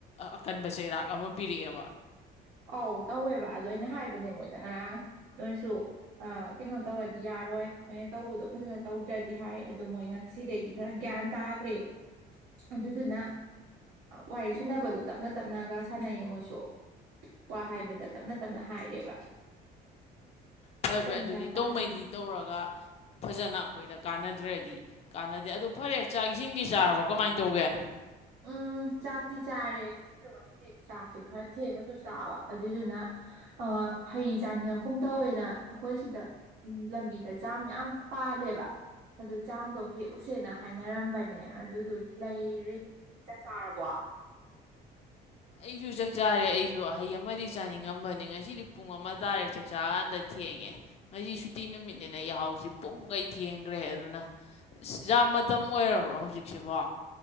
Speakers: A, on the left; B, on the right.
A: ꯑꯀꯟꯕ ꯆꯩꯔꯥꯛ ꯑꯃ ꯄꯤꯔꯛꯑꯦꯕ
B: ꯑꯧ ꯇꯧꯋꯦꯕ ꯑꯗꯣ ꯑꯩꯅ ꯍꯥꯏꯕꯅꯦ ꯃꯣꯏꯗ ꯉꯔꯥꯡ ꯅꯣꯏꯁꯨ ꯑ ꯀꯩꯅꯣ ꯇꯧꯔꯗꯤ ꯌꯥꯔꯣꯏ ꯅꯣꯏꯅ ꯇꯧꯕꯗꯣ ꯐꯖꯅ ꯇꯧꯗ꯭ꯔꯗꯤ ꯍꯥꯏ ꯑꯗꯨ ꯃꯣꯏ ꯉꯁꯤꯗꯩꯗꯤ ꯈꯔ ꯒꯌꯥꯟ ꯇꯥꯒ꯭ꯔꯦ ꯑꯗꯨꯗꯨꯅ ꯋꯥꯔꯤ ꯁꯥꯟꯅꯕꯗꯣ ꯇꯞꯅ ꯇꯞꯅꯒ ꯁꯥꯟꯅꯩꯌꯦ ꯃꯣꯏꯁꯨ ꯋꯥ ꯍꯥꯏꯕꯗ ꯇꯞꯅ ꯇꯞꯅ ꯍꯥꯏꯔꯦꯕ
A: ꯐꯔꯦ
B: ꯈꯤꯇꯪ
A: ꯐꯔꯦ ꯑꯗꯨꯗꯤ
B: ꯒ꯭ꯌꯥꯟ ꯇꯥꯈ꯭ꯔꯦ
A: ꯇꯧꯉꯩꯗꯤ ꯇꯧꯔꯒ ꯐꯖꯅ ꯑꯈꯣꯏꯗ ꯀꯅꯗꯔꯥꯗꯤ ꯀꯥꯟꯅꯗꯦ ꯑꯗꯨ ꯐꯔꯦ ꯆꯥꯛ ꯏꯁꯤꯡꯗꯤ ꯆꯔꯕꯣ ꯀꯃꯥꯏ ꯇꯧꯒꯦ
B: ꯎꯝ ꯆꯥꯛꯇꯤ ꯆꯥꯔꯦ ꯉꯁꯤꯗꯣ ꯉꯁꯤꯗꯤ ꯆꯥꯛꯁꯦ ꯈꯔ ꯊꯦꯡꯅꯁꯨ ꯆꯥꯕ ꯑꯗꯨꯏꯗꯨꯅ ꯑꯥ ꯍꯩ ꯆꯥꯅꯤꯡꯉꯛꯀꯨꯝ ꯇꯧꯋꯦꯅ ꯑꯩꯈꯣꯏ ꯁꯤꯗ ꯎꯝ ꯂꯝꯕꯤꯗ ꯖꯥꯝ ꯌꯥꯝ ꯄꯥꯜꯂꯦꯕ ꯑꯗꯨ ꯖꯥꯝꯗꯣ ꯍꯦꯛꯎꯁꯦꯅ ꯍꯥꯏꯅꯔꯝꯕꯅꯦ ꯑꯗꯨꯗꯨꯒꯤ ꯂꯩꯔꯤ ꯆꯥꯛ ꯆꯥꯔꯕꯣ
A: ꯑꯩꯁꯨ ꯆꯥꯛ ꯆꯥꯔꯦ ꯑꯩꯁꯨ ꯍꯩ ꯑꯃꯗꯤ ꯆꯥꯅꯤꯡꯉꯝꯕꯅꯤ ꯉꯁꯤꯗꯤ ꯄꯨꯡ ꯑꯃ ꯇꯥꯔꯦ ꯆꯥꯛ ꯆꯥ ꯀꯥꯟꯗ ꯊꯦꯡꯉꯦ ꯉꯁꯤ ꯁꯨꯇꯤ ꯅꯨꯃꯤꯠꯅꯤꯅ ꯌꯥ ꯍꯧꯁꯤ ꯄꯨꯝꯈꯩ ꯊꯦꯡꯈ꯭ꯔꯦ ꯑꯗꯨꯅ ꯖꯥꯝ ꯃꯇꯝ ꯑꯣꯏꯔꯕ꯭ꯔꯣ ꯍꯧꯖꯤꯛꯁꯤꯕꯣ